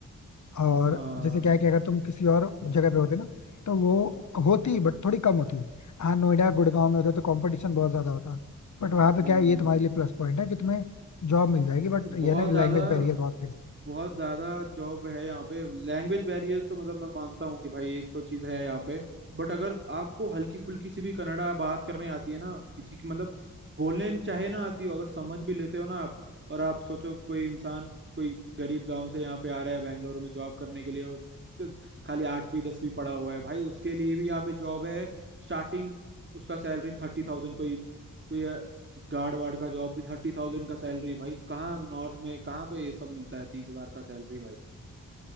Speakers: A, on the left; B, on the right.
A: और
B: हाँ
A: जैसे क्या है कि अगर तुम किसी और जगह पे होते ना तो वो होती बट थोड़ी कम होती हाँ नोएडा गुड़गांव में होते तो कंपटीशन बहुत ज्यादा होता बट वहाँ पे
B: हम्म
A: क्या है ये तुम्हारे लिए प्लस पॉइंट है कि तुम्हें जॉब मिल जाएगी बट
B: बहुत
A: ये है ना कि
B: ज्यादा
A: लैंग्वेज बैरियर बहुत है
B: बहुत ज्यादा जॉब है यहाँ पे लैंग्वेज बैरियर तो मतलब मैं मानता हूँ कि भाई एक तो चीज है यहाँ पे बट अगर आपको हल्की फुल्की सी भी कन्नड़ा बात करने आती है ना किसी की मतलब बोलने चाहे ना आती हो अगर समझ भी लेते हो ना आप और आप सोचो कोई इंसान कोई गरीब गांव से यहाँ पे आ रहा है बैंगलोर में जॉब करने के लिए और उसके खाली आठवीं दसवीं पढ़ा हुआ है भाई उसके लिए भी यहाँ पे जॉब है स्टार्टिंग उसका सैलरी थर्टी थाउजेंड कोई कोई गार्ड वार्ड का जॉब भी थर्टी थाउजेंड का सैलरी भाई कहाँ नॉर्थ में कहाँ पे ये सब मिलता है तीस हजार का सैलरी भाई